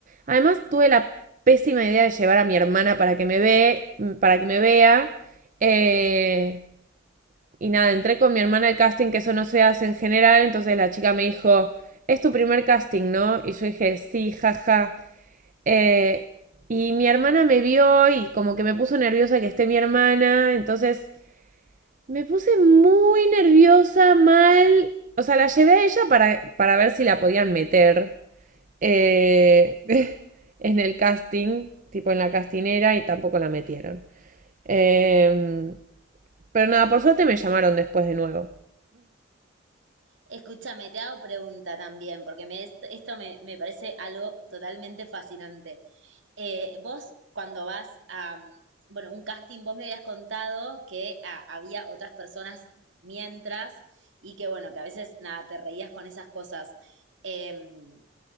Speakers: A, on the right; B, on the right.
A: Además, tuve la pésima idea de llevar a mi hermana para que me ve, para que me vea. Eh, Y nada, entré con mi hermana al casting, que eso no se hace en general, entonces la chica me dijo, es tu primer casting, ¿no? Y yo dije, sí, jaja. Eh, y mi hermana me vio y como que me puso nerviosa que esté mi hermana, entonces me puse muy nerviosa, mal. O sea, la llevé a ella para, para ver si la podían meter eh, <laughs> en el casting, tipo en la castinera, y tampoco la metieron. Eh, pero nada, por suerte me llamaron después de nuevo.
B: Escúchame, te hago pregunta también, porque me, est- esto me, me parece algo totalmente fascinante. Eh, vos, cuando vas a, mm, bueno, un casting, vos me habías contado que ah, había otras personas mientras y que, bueno, que a veces, nada, te reías con esas cosas. Em,